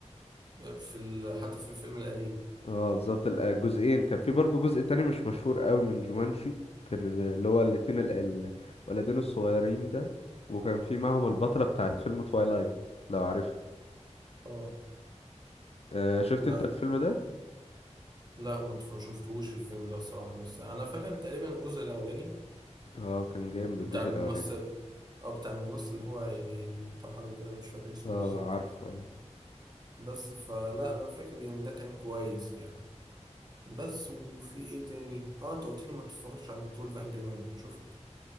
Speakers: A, on the right; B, on the left.
A: في ال... حتى في الفيلم القديم
B: اه بالظبط ال- الجزئين كان في برضو جزء تاني مش مشهور قوي من جومانجي كان ال- اللي هو الاتنين ال- ال- الولدين الصغيرين ده وكان في معهم البطلة بتاعت فيلم توايلايت لو عارف
A: اه
B: آه، شفت
A: لا
B: انت الفيلم ده
A: لا ما تف- ما شفتهوش الفيلم ده الصراحة بس انا فاكر تقريبا الجزء الاولاني
B: اه كان جامد
A: بتاع
B: الجزء
A: الممثل
B: الاولاني
A: اه بتاع الممثل اللي هو يعني انتحر وكده مش فاكر اسمه
B: اه
A: بالظبط
B: عارفه
A: بس فلا انا فاكر يعني ده كان كويس يعني بس وفي ايه تاني اه انت قلت لي ما تتفرجش على بطولة انجري مان شفت